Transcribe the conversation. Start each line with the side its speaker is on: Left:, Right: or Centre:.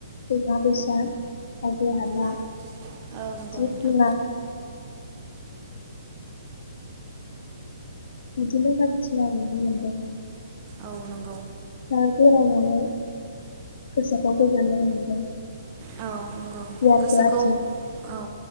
Left: दैमा दैसा हाजो हाला,
Right: ओ औ नंगौ
Left: जिब
Right: नोंथां
Left: जुनार बिदिनो बायदिसिना नुनो मोनदों।
Right: औ नंगौ।
Left: दा बेरायनानै गोसोखौ गोजोननाय मोनदों।
Right: औ नंगौ
Left: गियानबो
Right: गोसोखौ
Left: आरजिनो
Right: औ।